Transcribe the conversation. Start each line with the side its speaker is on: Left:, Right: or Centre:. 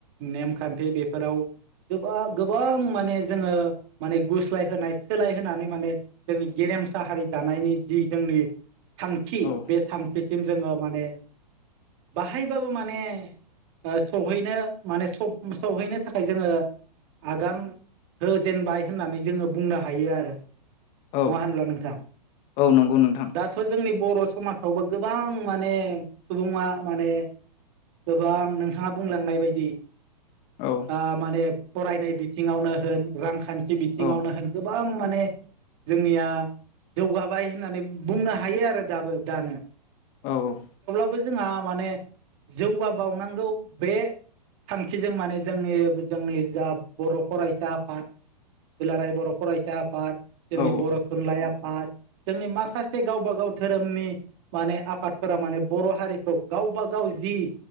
Right: नेमखान्थि बेफोराव गोबा गोबां माने जोङो माने गुस्लाय होनोनाय सोलायहोनानै माने जोंनि गे रेमसा हारि दानायनि जि जोंनि थांखि
Left: औ
Right: बे थांखिसिम जोङो माने बाहायबाबो माने ओ सहैनो मान सौ सहैनो थाखाय जोङो आगान होजेनबाय होननानै जोङो बुंनो हायो आरो
Left: औ
Right: नङा होनब्ला नोंथां
Left: औ नंगौ नोंथां
Right: दाथ' जोंनि बर' समाजावबो गोबां माने सुबुङा माने गोबां नोंथाङा बुंलांनाय बायदि
Left: औ
Right: आ माने फरायनाय बिथिङावनो होन रांखान्थि बिथिङावनो
Left: औ औ
Right: होन गोबां माने जोंनिया जौगाबाय होननानै बुंनो हायो आरो दाबो दानो
Left: औ औ
Right: <unintelligible> जोंहा माने जौगाबावनांगौ बे थांखिजों माने जोंनि जोंनि जा बर' फरायसा आफाद दुलाराय बर' फरायसा आफाद जोंनि
Left: औ
Right: बर' थुनलाइ आफाद जोंनि माखासे से गावबा गाव धोरोमनि माने आफादफोरा माने बर' हारिखौ गावबा गाव जि